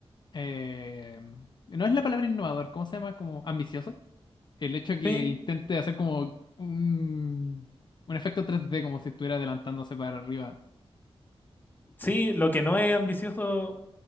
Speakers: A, on the left; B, on the left.
A: eh, no es la palabra innovador, ¿cómo se llama? Como ambicioso. El hecho que
B: Sí.
A: intente hacer como un, un efecto 3D, como si estuviera adelantándose para arriba.
B: Sí, lo que no es ambicioso